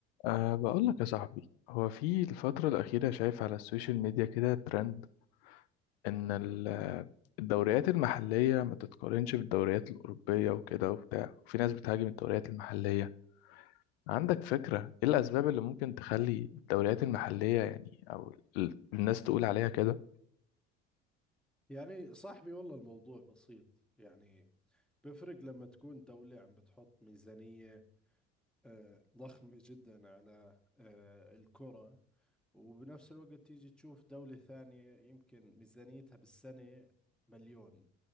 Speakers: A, on the left (about 60°); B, in the centre.
A: أه بقول لك يا صاحبي هو في الفترة الأخيرة شايف على السوشيال ميديا كده ترند إن ال- الدوريات المحلية ما تتقارنش بالدوريات الأوروبية وكده وبتاع وفي ناس بتهاجم الدوريات المحلية عندك فكرة إيه الأسباب اللي ممكن تخلي الدوريات المحلية يعني أو ال- الناس تقول عليها كده
B: يعني صاحبي والله الموضوع بسيط يعني بفرق لما تكون دولة عم بتحط ميزانية آه، ضخمة جدا على آه، الكرة وبنفس الوقت تيجي تشوف دولة ثانية يمكن ميزانيتها بالسنة مليون